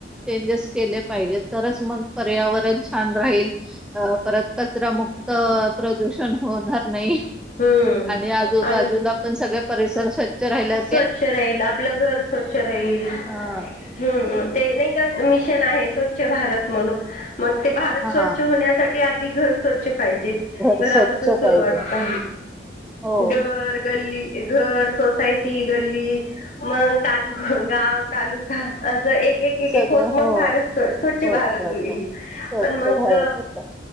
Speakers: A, in the centre; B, on the left (about 45°).
A: चेजेस केले पाहिजे तर मग पर्यावरण चेंज करत आपल्याला छान राहील परत कचरा मुक्त प्रदूषण होणार नाही
B: हम्म
A: आणि आजूबाजूला
B: आणि
A: पण सगळे परिसर स्वच्छ राहिल्या
B: स्वच्छ राहील आपलं घर स्वच्छ राहील
A: हा
B: हम् ते नाही का मिशन आहे स्वच्छ भारत म्हणून मग ते भारत
A: हा
B: स्वच्छ होण्यासाठी घर सोच पाहिजे
A: घर
B: घरापासून
A: स्वच्छ
B: सुरवात
A: पाहिजे
B: अ
A: हो.
B: घर गल्ली घर सोसायटी गल्ली मग ताल गाव तालुका असं एक
A: सगळं
B: होत
A: हो
B: मग भारत स्वच्
A: होत
B: भारत
A: जात.
B: होईल
A: स्वच्छ
B: पण मग
A: घरात होता